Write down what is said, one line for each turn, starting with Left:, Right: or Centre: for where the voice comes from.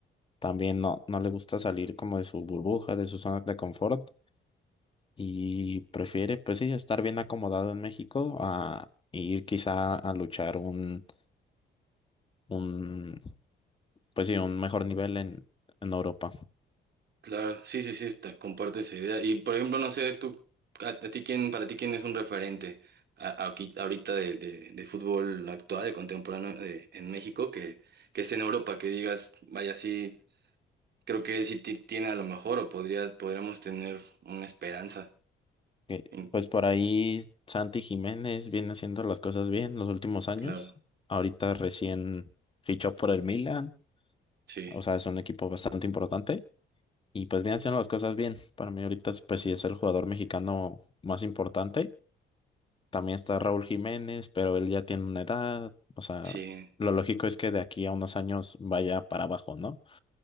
Left: también no, no le gusta salir como de su burbuja, de su zona de confort. y prefiere, pues sí, estar bien acomodado en México a ir quizá a luchar un, un, pues sí, un mejor nivel en, en Europa.
Right: Claro, sí, sí, sí, está, comparto esa idea. Y por ejemplo, no sé, tú, a, a ti quién, para ti quién es un referente a- a- aquí- ahorita de, de, de fútbol actual, de contemporáneo de- en México, que, que esté en Europa, que digas, vaya, sí, creo que sí ti- tiene a lo mejor o podría, podríamos tener una esperanza.
Left: Que,
Right: En-
Left: pues por ahí Santi Jiménez viene haciendo las cosas bien los últimos años.
Right: claro,
Left: Ahorita recién fichó por el Milan,
Right: sí,
Left: o sea, es un equipo bastante importante y pues viene haciendo las cosas bien. Para mí ahorita, es, pues sí, es el jugador mexicano más importante. También está Raúl Jiménez, pero él ya tiene una edad. O sea,
Right: sí,
Left: lo lógico es que de aquí a unos años vaya para abajo, ¿no?